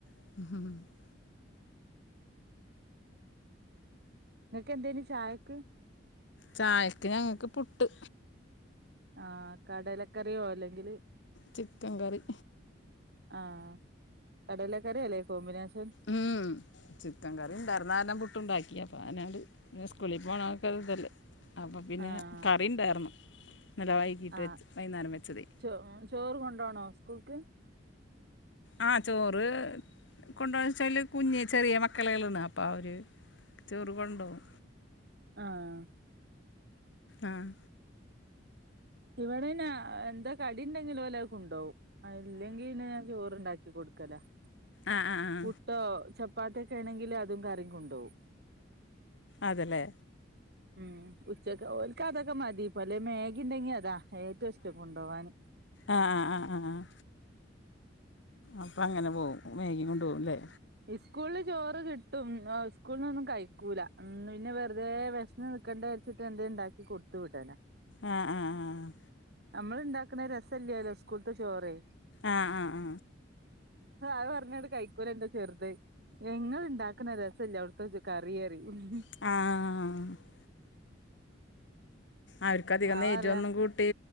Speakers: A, on the left; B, on the right.
A: <inaudible>
B: ഇങ്ങക്കേന്തേന് ചായക്ക്.
A: ചായക്ക് ഞങ്ങൾക്ക് പുട്ട്.
B: ആഹ്, കടലക്കറിയോ അല്ലെങ്കില്
A: ചിക്കൻ കറി.
B: ആഹ്, കടയിലക്കറിയല്ലേ കോമ്പിനേഷൻ.
A: ഉം, ചിക്കൻ കറി ഉണ്ടായിരുന്ന കാരണം പുട്ട് ഉണ്ടാക്കിയ. <unintelligible> സ്കൂളിൽ പോകണ ആൾക്കാർ ഇതല്ലേ? അപ്പോം പിന്നെ
B: ആഹ്
A: കറി ഉണ്ടായിരുന്നു. ഇന്നലെ വൈകിട്ട്
B: ആഹ്
A: വെച്ച്, വൈുന്നേരം വെച്ചത്.
B: ചോ, ആഹ്, ചോറ് കൊണ്ടോണോ? സ്കൂൾക്ക്.
A: ആഹ്, ചോറ് കൊണ്ടുവാച്ചാല്, കുഞ്ഞു ചെറിയ മക്കള കളാണ് അപ്പം അവര്. ചോറ് കൊണ്ടോവും.
B: ആഹ്
A: ആഹ്
B: ഇവിടെ യിന്നെ എന്താ കടി ഉണ്ടെങ്കിൽ ഓല് അത് കൊണ്ടോവും. ആ ഇല്ലെങ്കി പിന്നെഞാൻ ചോറ്ണ്ടാക്കി കൊടുക്കലാ പു
A: ആ ആ ആ
B: പുട്ടോ ചപ്പാത്തിയൊക്കേ ണെങ്കില് അതും കറിം കൊണ്ടോവും
A: അതെ എല്ലേ
B: ഉം ഉച്ചക്ക് ഓൽക്കതൊക്കെ മതി പലേ മേഗി ഉണ്ടെങ്കി അതാ ഏറ്റവും ഇഷ്ടം കൊണ്ടോവാന്
A: ആഹ ആഹ് ആഹ് ആഹ് ആഹ് അപ്പ അങ്ങനെ പോവും മേഗിയും കൊണ്ട് പോവും അല്ലേ
B: ഇസ്കൂള്ന്ന് ചോറ് കിട്ടും അ സ്കൂൾന്ന് ഒന്നും കഴിക്കൂല ഉം പിന്നെ വെറുതെ വെഷന്ന് നി ക്കണ്ട വിചാരിച്ചിട്ട് എന്തേം ഉണ്ടാക്കി കൊടുത്തു വിടലാ
A: ആഹ് ആഹ് ആഹ് ആഹ്
B: നമ്മള് ഇണ്ടാക്ക്ണ രസല്ലേ ലോ സ്കൂള്ത്തെ ചോറ്
A: ആഹ് ആഹ്
B: അത് പറഞ്ഞ്ങ്ങാണ്ട് കൈക്കൂല ഇന്റെ ചെറുത് ഇങ്ങള് ഇണ്ടാ ക്ക്ണ രസം ഇല്ല്യ അവ്ട്ത്തെ ചി കറിന്നറിയും ഉം ഉം
A: ആഹ് ആഹ് ആഹ് അവർക്കധികൊന്നും
B: ഞാൻ പറയാ
A: എരുന്നും കൂട്ടി